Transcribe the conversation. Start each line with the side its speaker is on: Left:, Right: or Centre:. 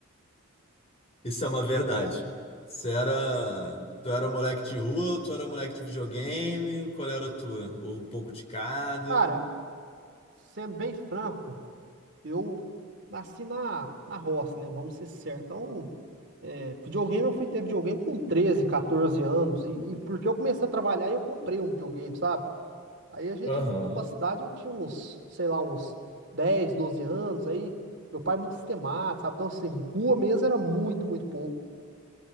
Left: Isso é uma verdade. Você era... Tu era moleque de rua, tu era moleque de videogame, qual era a tua? Ou um pouco de cada?
Right: Cara, sendo bem franco, Eu nasci na, na roça, né? Vamos ser sérios. Então, é, videogame, eu fui ter videogame com 13, 14 anos. E, e porque eu comecei a trabalhar, eu comprei um videogame, sabe? Aí a gente
Left: Aham.
Right: mudou pra cidade, eu tinha uns, sei lá, uns 10, 12 anos. Aí meu pai é muito sistemático, sabe? Então, assim, rua mesmo era muito, muito pouco.